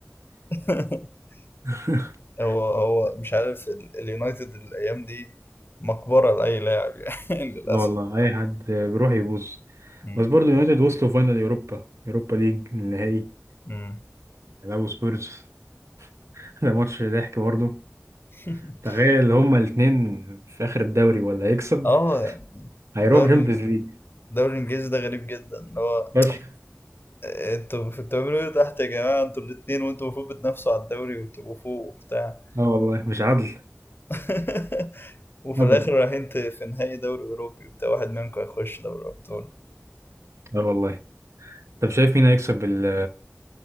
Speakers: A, on the left; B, on the right.
A: <laughs>
B: <laughs>
A: <applause> هو هو مش عارف ال- اليونايتد الايام دي مقبره لاي لاعب يعني <laughs> للاسف
B: لا والله أي حد بيروح يبوظ
A: مم.
B: بس برضه يونايتد وصلوا فاينل يوروبا يوروبا ليج النهائي
A: مم.
B: لعبوا سبيرز <laughs> ده ماتش ضحك برضه
A: <laughs>
B: تخيل هما الاتنين في آخر الدوري ولا هيكسب
A: اه
B: هيروح
A: الدوري
B: شامبيونز ليج
A: الدوري الانجليزي ده غريب جدا اللي هو
B: فشخ
A: انتوا في- بتعملوا ايه تحت يا جماعه انتوا الاتنين وانتوا المفروض بتنافسوا على الدوري وتبقوا فوق وبتاع
B: اه والله مش عدل
A: <laughs> وفي
B: هبل
A: الاخر رايحين ت- في نهائي دوري اوروبي وبتاع واحد منكم هيخش دوري ابطال
B: اه والله طب شايف مين هيكسب ال